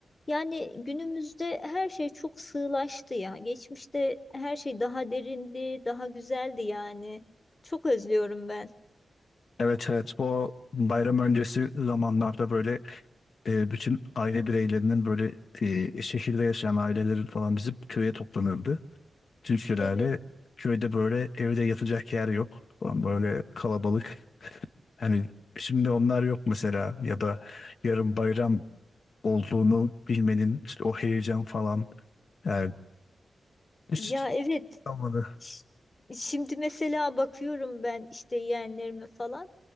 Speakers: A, on the left (about 25°); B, on the left (about 60°).
A: yani günümüzde her şey çok sığlaştı ya. Geçmişte her şey daha derindi, daha güzeldi yani. Çok özlüyorum ben.
B: Evet evet bu bayram öncesi zamanlarda böyle e, bütün aile bireylerinin böyle e, şehirde yaşayan ailelerin falan bizim köye toplanırdı. Türkülerle
A: Evet.
B: köyde böyle evde yatacak yer yok falan böyle kalabalık. Hani şimdi onlar yok mesela ya da yarın bayram olduğunu bilmenin işte o heyecan falan yani Hiç
A: Ya evet.
B: Kalmadı.
A: Ş- Şimdi mesela bakıyorum ben işte yeğenlerime falan